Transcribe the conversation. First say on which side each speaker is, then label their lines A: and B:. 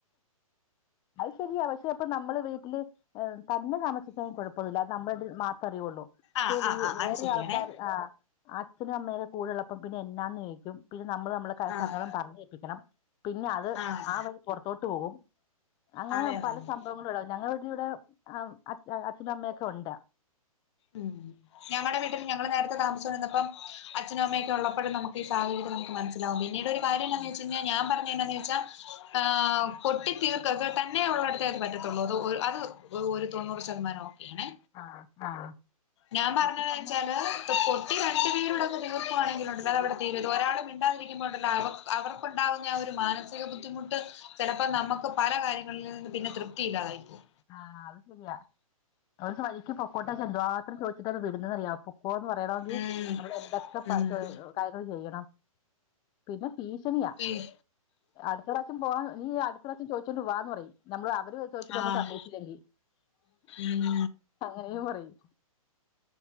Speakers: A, on the left; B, on the left.
A: അത് ശരിയാ പക്ഷെ അപ്പൊ നമ്മള് വീട്ടില് ഏഹ് തന്ന താമസിക്കാൻ കുഴപ്പൊന്നുല്ല അത് നമ്മള് രണ്ടുരും മാത്ര അറിയുള്ളൂ പക്ഷെ
B: ആഹ്
A: വീ
B: ആഹ് ആഹ്
A: വേറൊരാൾക്കാർ
B: അത് ശരിയാണേ
A: ആഹ് അച്ഛനും അമ്മേയും കൂടെ ഉള്ളപ്പം പിന്നെ എന്നാന്ന് ചോയിക്കും പിൻ നമ്മള് നമ്മളെ ക
B: ആഹ്
A: സങ്കടം പറഞ്ഞേപ്പിക്കണം പിന്നെ അത്
B: ആഹ്
A: ആ വഴി പുറത്തോട്ട് പോകും അങ്ങനെ
B: അതെ അതെ
A: പല
B: അതെ
A: സംഭവങ്ങളും ണ്ടാവും ഞങ്ങടെ ഇവിടെ അം അച് അച്ഛനും അമ്മയൊക്കെ ഒണ്ട്
B: ഉം ഞങ്ങടെ വീട്ടിൽ ഞങ്ങള് നേരത്തെ താമസിച്ച് കൊണ്ടിരുന്നപ്പ അച്ഛനും അമ്മയൊക്ക ഉള്ളപ്പോഴ് നമുക്ക് ഈ സാഹര്യ നമുക്ക് മനസിലാവു പിന്നീട് ഒരു കാര്യം എന്നന്ന്
A: ഉം
B: വെച്ച് ഞെ ഞാൻ പറഞ്ഞ എന്നന്ന് വെച്ചാ ആഹ് പൊട്ടി തീർക്ക തന്നെ ഉള്ളടുത്തേ അത് പറ്റ <unintelligible> അത് ഒരു തൊണ്ണൂറ് ശതമാനം ഓക്കെയാണേ
A: ആഹ് ആഹ്
B: ഞാൻ പറഞ്ഞത്
A: അത് പറഞ്ഞ
B: ച്ചാല് <unintelligible>
A: <inaudible>
B: തീർപ്പുവാണെങ്കിൽ ഉണ്ടല്ലേ അത് അവിടെ തീരും ഇത് ഒരാള് മിണ്ടാതിരിക്കുമ്പോണ്ടല്ലോ അവർക്ക് അവർക്കുണ്ടാവുന്ന ആ ഒരു മാനസി ബുദ്ധിമുട്ട് ചിലപ്പോ നമുക്ക് പല കാര്യങ്ങളിൽ നിന്നു പിന്നെ തൃപ്തിയില്ലാതായിപോകും
A: ആഹ് അത് ശരിയാ ഒരു വഴിക്ക് പൊക്കോട്ട എന്ന് എന്ത് മാത്രം ചോദിച്ചിട്ടാ ന്ന വിടുന്നേന്ന് അറിയ പോന്ന് പറയണങ്കിൽ
B: ഉം
A: നമ്മൾ എന്തൊക്കെ
B: ഉം
A: <unintelligible> കാര്യങ്ങൾ ചെയ്യണം പിന്നെ ഭീഷണിയാ
B: ഏയ്
A: അടുത്ത പ്രാവശ്യം പോകൻ നീ അടുത്ത പ്രാവശ്യം ചോദിച്ചോണ്ട് വാന്ന് പറയും നമ്മള് അവര് ചോദിച്ചിട്ട് നമ്മൾ
B: ആഹ്
A: സമ്മയിച്ചിലെങ്കി
B: ഉം
A: അങ്ങനെയും പറയും